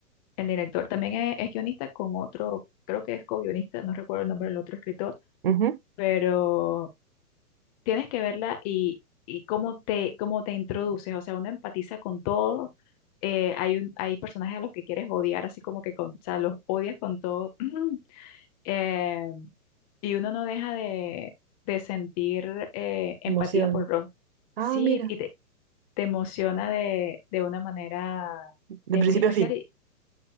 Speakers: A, on the left; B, on the right.
A: el director también es, es guionista con otro, creo que es co-guionista, no recuerdo el nombre del otro escritor,
B: Ujú.
A: pero tienes que verla y, y cómo te, cómo te introduces, o sea, uno empatiza con todo eh, hay, un, hay personajes a los que quieres odiar, así como que con, o sea, los odias con todo, <clears throat> eh, y uno no deja de, de sentir eh, empatía
B: Emoción.
A: por Ross.
B: Ah,
A: Sí,
B: mira,
A: y te, te emociona de, de una manera
B: de
A: eh,
B: principio
A: muy especial
B: a fin.
A: y